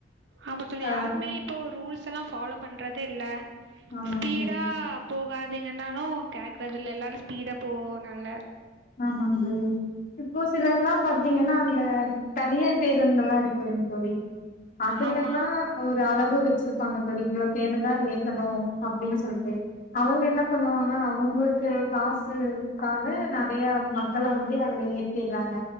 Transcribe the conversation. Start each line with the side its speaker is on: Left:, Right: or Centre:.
Right: ஆமா தோழி
Left: ஆ
Right: யாருமே இப்போ ரூல்ஸ் எல்லா ஃபாலோ பண்றதே இல்ல
Left: ஆமாங்க
Right: ஸ்பீடா
Left: தோழி
Right: போகாத் இவிங்கன்னாலு கேக்கறது இல்ல எல்லாரு ஸ்பீடா போவோ நாங்க
Left: ஆமாங்க தோழி இப்போ சிலர்லா பாத்தீங்கன்னா அந்த தனியார் பேருந்தெல்லா இருக் இல்லைங்க தோழி அதுலலெல்லா
Right: ஆமா
Left: ஓர் அளவு வச்சிருப்பாங்க தோழி இவ்வளோ பேருதா ஏத்தணு அப்படின் சொல்ட்டு அவுங்க என்ன பண்ணுவாங்க அவுங்களுக்கு காசுக்காக நெறைய மக்கள வந்து அதுல ஏத்திறாங்க